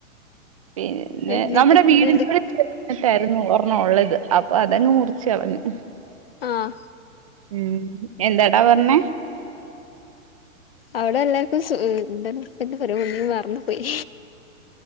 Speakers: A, on the right (about 25°); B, on the left (about 45°).
A: പിന്നെ
B: എന്നിട്ട്
A: നമ്മുടെ
B: പിന്നെ
A: വീടിനോട്
B: എന്ത്
A: ന്നിട്ടാരുന്നു ഓർണൊ ഒള്ളത് അപ്പൊ അതങ്ങ് മുറിച്ച് കളഞ്ഞു
B: ആഹ്
A: ഉം എന്താടാ പറഞ്ഞേ
B: അവിടെ എല്ലാർക്കും സു എന്താണ് എന്തൊപറയാ വന്നു മറന്നു പോയി